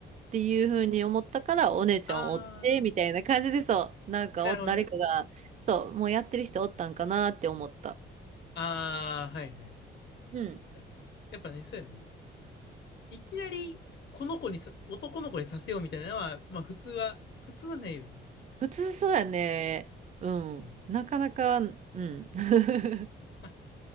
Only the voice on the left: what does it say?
あ
あ、なるほどね。
ああ、はいはい。
そう、やっぱね、そうやね。いきなり、この子にさ、男の子にさせようみたいなのは、まあ普通は、普通はないよね。
うん。
<laughs>